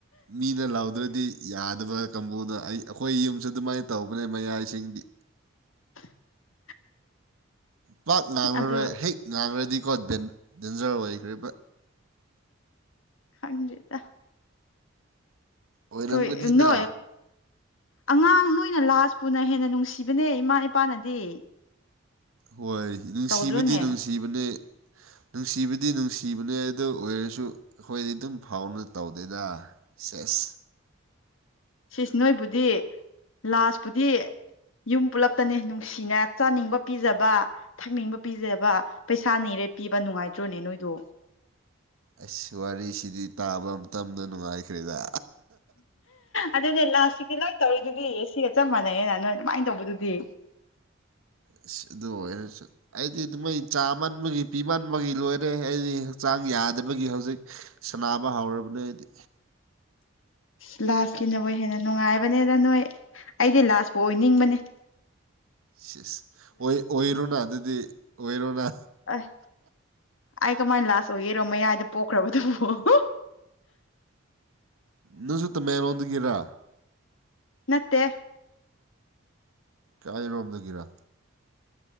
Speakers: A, on the right (about 85°); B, on the left (about 75°).
A: ꯃꯤꯅ ꯂꯥꯎꯗ꯭ꯔꯗꯤ ꯌꯥꯗꯕ ꯀꯥꯡꯕꯨꯅ ꯑꯩ ꯑꯩꯈꯣꯏ ꯌꯨꯝꯁꯨ ꯑꯗꯨꯃꯥꯏꯅ ꯇꯧ ꯇꯧꯕꯅꯦ ꯃꯌꯥꯏꯁꯤꯡꯗꯤ
B: <unintelligible>
A: ꯄꯥꯛ ꯉꯥꯡꯈ꯭ꯔꯔꯣꯏ
B: ꯑꯗꯨ
A: ꯍꯦꯛ ꯉꯥꯡꯈ꯭ꯔꯗꯤꯀꯣ ꯗꯦꯟꯖꯔ ꯑꯣꯏꯈ꯭ꯔꯦ
B: ꯈꯪꯕꯤꯗ
A: ꯑꯣꯏꯔꯝꯒꯅꯤꯗ
B: ꯍꯣꯏ ꯅ ꯑꯉꯥꯡ ꯅꯣꯏꯅ ꯂꯥꯁ ꯄꯨꯅ ꯍꯦꯟꯅ ꯅꯨꯡꯁꯤꯕꯅꯦ ꯏꯃꯥ ꯏꯄꯥꯅꯗꯤ
A: ꯍꯣꯏ ꯅꯨꯡꯁꯤꯕꯗꯤ
B: ꯇꯧꯗ꯭ꯔꯣꯅꯦ
A: ꯅꯨꯡꯁꯤꯕꯅꯦ
B: <unintelligible>
A: ꯅꯨꯡꯁꯤꯕꯗꯤ ꯅꯨꯡꯁꯤꯕꯅꯦ ꯑꯗꯨ ꯑꯣꯏꯔꯁꯨ ꯑꯩꯈꯣꯏꯗꯤ ꯑꯗꯨꯝ ꯐꯥꯎꯅ ꯇꯧꯗꯦꯗ ꯁꯁ
B: ꯁꯤꯁ ꯅꯣꯏꯕꯨꯗꯤ ꯂꯥꯁꯄꯨꯗꯤ ꯌꯨꯝ ꯄꯨꯜꯂꯞꯇꯅꯦ ꯅꯨꯡꯁꯤꯅ ꯆꯥꯅꯤꯡꯕ ꯄꯤꯖꯕ ꯊꯛꯅꯤꯡꯕ ꯄꯤꯖꯕ ꯄꯩꯁꯥꯅꯤꯔꯦ ꯄꯤꯕ ꯅꯨꯡꯉꯥꯏꯇ꯭ꯔꯣꯅꯦ ꯅꯣꯏꯗꯣ
A: ꯑꯁ ꯋꯥꯔꯤꯁꯤꯗꯤ ꯇꯥꯕ ꯃꯇꯝꯇꯗ ꯅꯨꯡꯉꯥꯏꯈ꯭ꯔꯦꯗ
B: ꯑꯗꯨꯅꯦ ꯂꯥꯁꯁꯤꯒꯤ ꯂꯣꯏ ꯇꯧꯔꯤꯗꯨꯗꯤ ꯁꯤꯒ ꯆꯞ ꯃꯥꯟꯅꯩꯌꯦꯅ ꯅꯣꯏ ꯑꯗꯨꯃꯥꯏꯅ ꯇꯧꯕꯗꯨꯗꯤ
A: ꯑ ꯑꯗꯨ ꯑꯣꯏꯔꯁꯨ ꯑꯩꯗꯤ ꯑꯗꯨ ꯃꯣꯏ ꯆꯥꯃꯕꯒꯤ ꯄꯤꯃꯟꯕꯒꯤ ꯂꯣꯏꯔꯦ ꯑꯩꯗꯤ ꯍꯛꯆꯥꯡ ꯈꯤꯇꯪ ꯌꯥꯗꯕꯒꯤ ꯍꯧꯖꯤꯛ ꯁꯥꯟꯅꯕ ꯍꯧꯔꯕꯅꯤ ꯍꯥꯏꯗꯤ
B: <unintelligible> ꯂꯥꯁꯀꯤꯅꯕꯨ ꯍꯦꯟꯅ ꯅꯨꯡꯉꯥꯏ ꯅꯦꯗ ꯅꯣꯏ ꯑꯩꯗꯤ ꯂꯥꯁꯄꯨ ꯑꯣꯏꯅꯤꯡꯕꯅꯦ
A: ꯁꯤꯁ ꯑꯣꯏ ꯑꯣꯏꯔꯣꯅ ꯑꯗꯨꯗꯤ ꯑꯣꯏꯔꯣꯅ
B: ꯑꯁ ꯑꯩ ꯀꯃꯥꯏꯅ ꯂꯥꯁ ꯑꯣꯏꯒꯦꯔꯣ ꯃꯌꯥꯏꯗ ꯄꯣꯛꯈ꯭ꯔꯕꯗꯨꯣ ꯑꯣ
A: ꯅꯪꯁꯨ ꯇꯝꯃꯦꯔꯣꯗꯨꯒꯤꯔꯥ
B: ꯅꯠꯇꯦ
A: ꯀꯌꯥꯔꯣꯝꯗꯒꯤꯔ